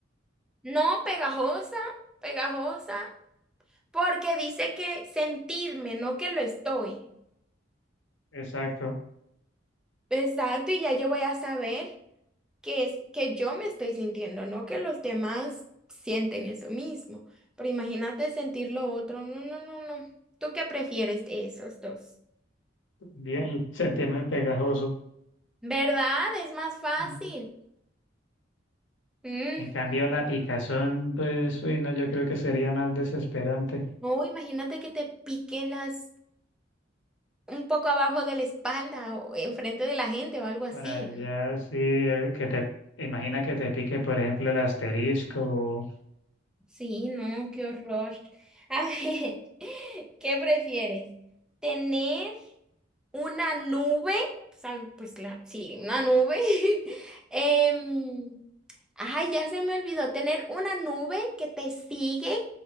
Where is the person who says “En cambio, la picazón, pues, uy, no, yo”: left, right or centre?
Left